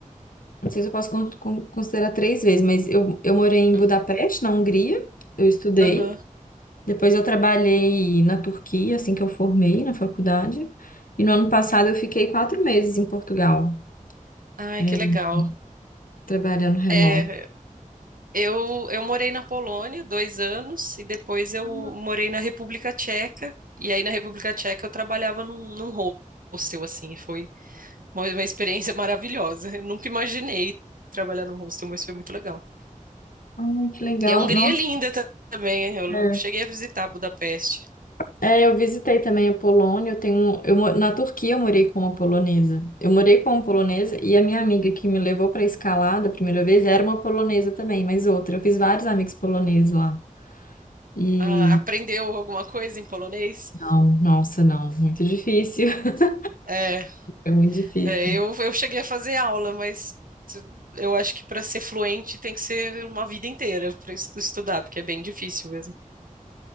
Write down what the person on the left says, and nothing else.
sei se eu posso con- con- considerar três vezes, mas eu, eu morei em
Budapeste, na Hungria, eu estudei.
Depois eu trabalhei na Turquia, assim que eu formei na faculdade. E no ano passado eu fiquei quatro meses em Portugal,
eh,
trabalhando remoto.
Ah,
ah, que legal.
Nossa.
É,
É, eu visitei também a Polônia. Eu tenho, eu, mo- na Turquia eu morei como polonesa. Eu morei como polonesa e a minha amiga que me levou para escalada a primeira vez era uma polonesa também, mas outra. Eu fiz vários amigos poloneses lá. E
não, nossa, não, muito difícil. <laughs>
É muito difícil.